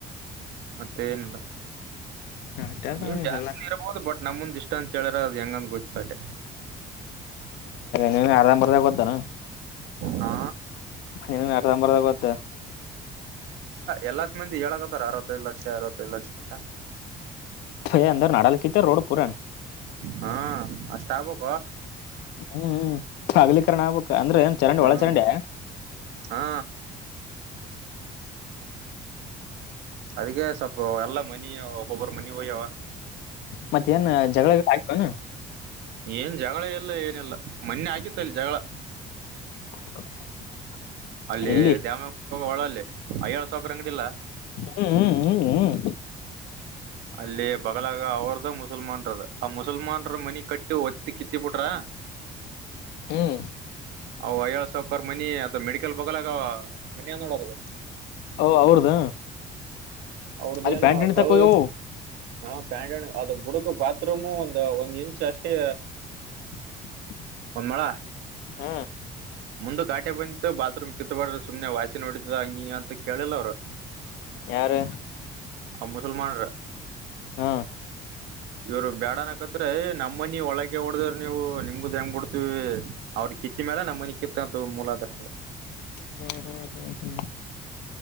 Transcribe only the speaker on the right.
ಮತ್ತೆ ಏನಿಲ್ಲ
ಏನ್ ಜಾಸ್ತಿ
ಇರಬಹುದು ಬಡ್ ನಮಂದ್ ಇಷ್ಟ ಅಂತ ಹೇಳ್ರ ಅ್ ಹೆಂಗಂದ ಗೊತ್ತಿಲ್ಲಟೆ
ಹಾ
ಎಲ್ಲ ಸ ಮಂದಿ ಹೇಳಕತ್ತಾರ ಅರವತ್ತೈದು ಲಕ್ಷ ಅರವತ್ತೈದು ಲಕ್ಷ ಅಂತ
ಹಾ ಅಷ್ಟ ಆಬೇಕ
ಹ್ಮ
ಹಾ ಅದಕ್ಕೆ ಸ್ವಲ್ಪ ಎಲ್ಲ ಮನ ಒಬ್ಬೊಬ್ಬರ ಮನಿ ಹೋಯ್ಯವ
ಏನ್ ಜಗಳ ಎಲ್ಲ ಏನಿಲ್ಲ ಮೊನ್ನೆ ಆಗಿತ್ತ ಅಲ್ಲಿ ಜಗಳ
ಅಲ್ಲಿ
ಡ್ಯಾಮ ಒಳಲ್ಲಿ ಅಯ್ಯಳ್ ಸಾವಕ್ರ ಅಂಗಡಿಲ್ಲ.
ಅಲ್ಲಿ ಬಗ್ಲಾಗ ಅವ್ರದ್ದ ಮುಸಲ್ಮಾನ್ರದ ಆ ಮುಸಲ್ಮಾರ ಮನಿ ಕಟ್ಟಿ ಒತ್ತಿ ಕಿತ್ತಿಬಿಟ್ರ. <unintelligible>
ಅ ವಯಳ್ ಸಾವಕಾರ್ ಮನಿ ಅಥವಾ ಮೆಡಿಕಲ್ ಬಲಾಗ ಮನಿಯ ನೋಡಾದು
ಅವ್ರ್ದೇಏನ
ಸ್ವಲ್ಪ
ಹಾ ಪ್ಯಾಂಟ ಅದು ಬುಡಕ ಬಾತ್ರೂಮು ಒಂದು ಒಂದ್ ಇಂಚ್ ಅಷ್ಟೇ
ಒಂದ ಮಳ
ಮುಂದ ಕಾಟೆ ಬಂತಿು ಬಾತ್ರೂಮ್ ಕಿತ್ಬಡ್ರೆ ಸುಮ್ನೆ ವಾಸಿ ನೋಡಿದ ಹಂಗಿಂಗ ಅಂತ ಕೇಳಿಲ್ಲ ಅವ್ರು
ಆ ಮುಸಲ್ಮಾನ್ರ
ಇವರು ಬೇಡನಕತ್ರೆ ನಮ್ಮನಿ ಒಳಕೆ ಹೊಡದರು ನೀವು ನಿಮ್ಗೂ <unintelligible> ಬಿಡ್ತೀವಿ ಅವ್ರ ಕಿತ್ತ ಮೇಲೆ ನಮ್ಮ ಮನ ಕಿತ್ತತ್ ಮೂಲಾದ್ರರು.